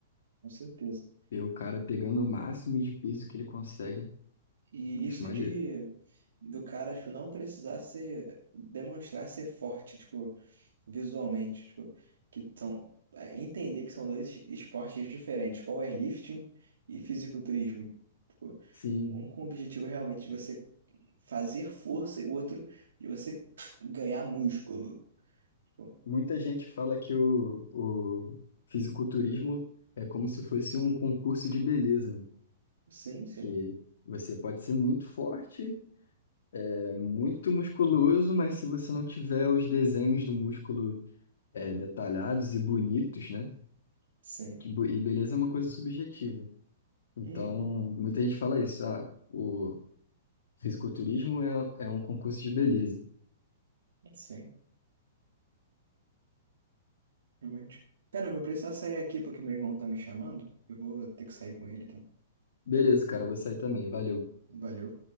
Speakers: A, on the right; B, on the left.
A: Com certeza.
B: Ver o cara pegando o máximo de peso que ele consegue,
A: E
B: acho
A: isso
B: maneiro.
A: de do cara, tipo, não precisar ser, demonstrar ser forte, tipo, visualmente, tipo, que são, é, entender que são dois esportes diferentes, powerlifting e fisiculturismo. Tipo,
B: Sim,
A: um com o objetivo realmente de você fazer força e o outro de você ganhar músculo. Tipo,
B: muita gente fala que o, o fisiculturismo é como se fosse um concurso de beleza,
A: sim, sim,
B: que você pode ser muito forte, é muito musculoso, mas se você não tiver os desenhos do músculo é, detalhados e bonitos, né?
A: sim.
B: Que bo- E beleza é uma coisa subjetiva. Então,
A: Uhum,
B: muita gente fala isso, ah, o fisiculturismo é, é um concurso de beleza.
A: sim. realmente. Cara, eu vou precisar sair aqui porque meu irmão tá me chamando. Eu vou ter que sair com ele, tá?
B: Beleza, cara, vou sair também, valeu.
A: Valeu.